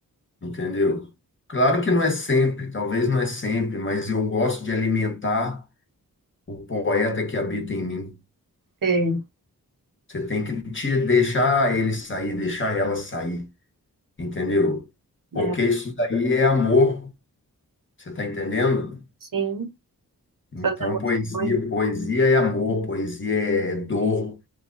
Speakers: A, on the left; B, on the right.
A: entendeu? Claro que não é sempre, talvez não é sempre, mas eu gosto de alimentar o poeta que habita em mim.
B: Sei.
A: Você tem que te deixar ele sair, deixar ela sair, entendeu?
B: né?
A: Porque isso daí é amor. Você está entendendo?
B: sim,
A: Então,
B: suas emoções.
A: poesia, poesia é amor, poesia é dor,